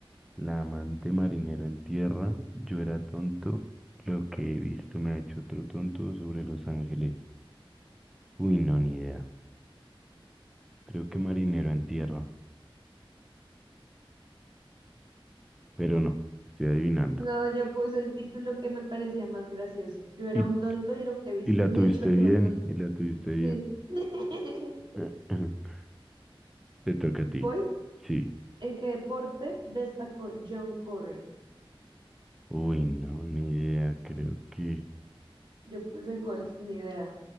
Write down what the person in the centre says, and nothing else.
La amante marinero en tierra, yo era tonto, lo que he visto me ha hecho otro tonto sobre Los Ángeles. Uy, no, ni idea. Creo que
marinero en tierra, pero no, estoy adivinando.
Y,
y la
tuviste
bien,
y la tuviste bien.
<clears throat> Te toca a ti.
Sí.
Uy, no, ni idea. Creo que